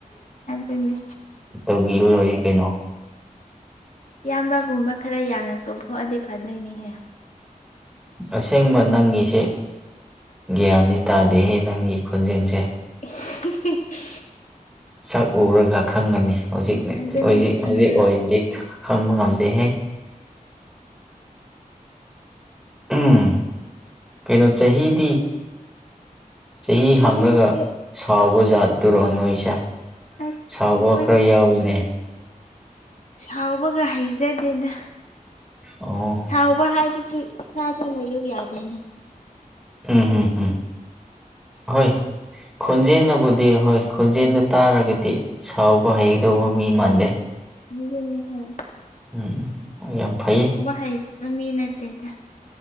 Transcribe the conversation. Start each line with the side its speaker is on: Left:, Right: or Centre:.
Left: ꯑꯅꯦ
Centre: ꯇꯧꯕꯤꯔꯔꯣꯏ ꯀꯩꯅꯣ
Left: ꯏꯌꯥꯝꯕꯒꯨꯝꯕ ꯈꯔ ꯌꯥꯝꯅ ꯆꯣꯛꯊꯣꯛꯑꯗꯤ ꯐꯗꯣꯏꯅꯤꯍꯦ
Centre: ꯑꯁꯦꯡꯕ ꯅꯪꯒꯤꯁ ꯒ꯭ꯌꯥꯟꯗꯤ ꯇꯥꯗꯦꯍꯦ ꯅꯪꯒꯤ ꯈꯣꯟꯖꯦꯜꯁꯦ
Left: <unintelligible>
Centre: ꯁꯛ ꯎꯔꯒ ꯈꯪꯒꯅꯤ ꯍꯧꯖꯤꯛꯖꯤ
Left: ꯑꯗꯨꯅꯦ ꯑ
Centre: ꯍꯧꯖꯤꯛ ꯑꯣꯏꯅꯗꯤ ꯈꯪꯕ ꯉꯝꯗꯦꯍꯦ ꯎꯝ ꯀꯩꯅꯣ ꯆꯍꯤꯗꯤ ꯆꯍꯤ
Left: ꯆꯍꯤꯁꯦ
Centre: ꯍꯥꯡꯉꯒ ꯁꯥꯎꯕ ꯖꯥꯠꯇꯔꯣ ꯅꯣꯏꯁꯦ
Left: ꯑꯁ
Centre: ꯁꯥꯎꯕ
Left: ꯑꯩꯈꯣꯏꯗꯤ
Centre: ꯈꯔ ꯌꯥꯎꯋꯤꯅꯦ
Left: ꯁꯥꯎꯕꯒ ꯍꯩꯖꯗꯦꯅ
Centre: ꯑꯣ
Left: ꯁꯥꯎꯕ ꯍꯥꯏꯁꯨ ꯏꯁꯥꯗ ꯂꯩꯌ ꯌꯥꯗꯦꯅꯦ
Centre: ꯎꯝꯝ ꯎꯝ ꯍꯣꯏ ꯈꯣꯟꯖꯦꯜꯅꯕꯨꯗꯤ ꯍꯣꯏ ꯈꯣꯟꯖꯦꯜꯗ ꯇꯥꯔꯒꯗꯤ ꯁꯥꯎꯕ ꯍꯩꯗꯧꯕ ꯃꯤ ꯃꯥꯟꯗꯦ
Left: ꯃꯖꯅꯤ ꯍꯥꯏ
Centre: ꯎꯝ ꯌꯥꯝ ꯐꯩ
Left: ꯍꯩꯕ ꯃꯤ ꯅꯠꯇꯦꯗ